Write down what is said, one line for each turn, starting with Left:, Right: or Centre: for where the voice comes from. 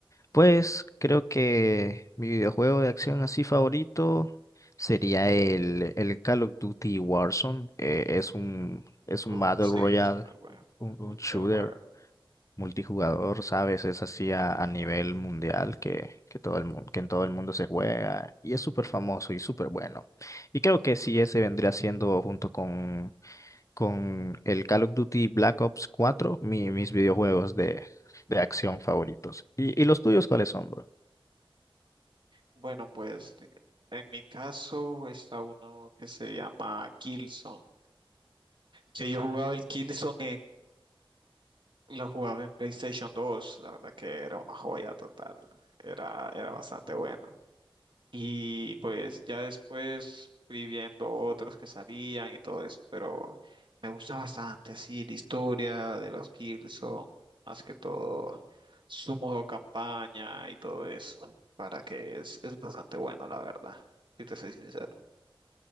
Left: Pues creo que mi videojuego de acción así favorito sería el, el Call of Duty Warzone. Eh, es un, es un
Right: Uf,
Left: Battle
Right: sí,
Left: Royale,
Right: es muy bueno,
Left: un un-
Right: es
Left: un
Right: muy
Left: shooter
Right: buen juego.
Left: multijugador, ¿sabes? Es así a, a nivel mundial que, que, todo el mundo, que en todo el mundo se juega y es súper famoso y súper bueno. Y creo que sí, ese vendría siendo junto con, con el Call of Duty Black Ops cuatro, mi- mis videojuegos de, de acción favoritos. ¿Y, y los tuyos cuáles son, bro?
Right: Bueno, pues de- en mi caso está uno que se llama Killzone, que yo jugaba el Killzone Lo jugaba en PlayStation 2, la verdad que era una joya total, era, era bastante bueno. Y pues ya después fui viendo otros que salían y todo eso, pero me gusta bastante así la historia de los Killzone, más que todo su modo campaña y todo eso, para que es, es bastante bueno, la verdad, si te soy sincero.